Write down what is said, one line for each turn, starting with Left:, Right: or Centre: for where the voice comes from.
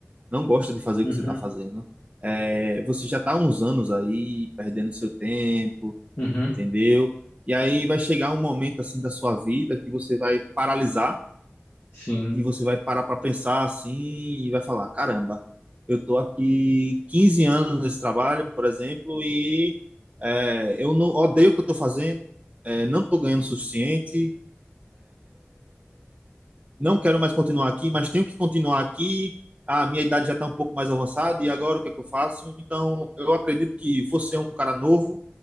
Right: Não gosta de fazer
Left: uhum,
Right: o que você tá fazendo. É, você já tá há uns anos aí, perdendo seu tempo,
Left: uhum,
Right: entendeu? E aí vai chegar um momento assim da sua vida que você vai paralisar
Left: sim,
Right: e você vai parar para pensar assim e vai falar: caramba, eu estou aqui 15 anos nesse trabalho, por exemplo, e é, eu não odeio o que eu estou fazendo, é, não estou ganhando o suficiente, não quero mais continuar aqui, mas tenho que continuar aqui. A minha idade já está um pouco mais avançada e agora o que é que eu faço? Então, eu acredito que você é um cara novo,